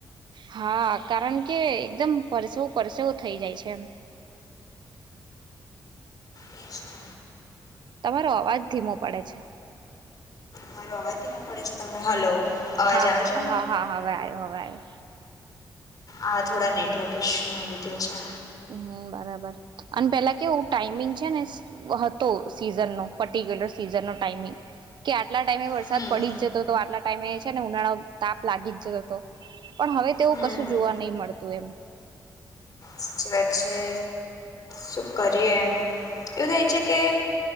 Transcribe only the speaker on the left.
એ જ તો
મારો અવાજ ધીમો પડે છે તમને? હલો અવાજ
આવે
છે
આ થોડા નેટવર્ક ઇસ્યુ ના લીધે છે.
હમ
હમ
સાચી વાત છે, શું કરીએ એમ, એવું થાય છે કે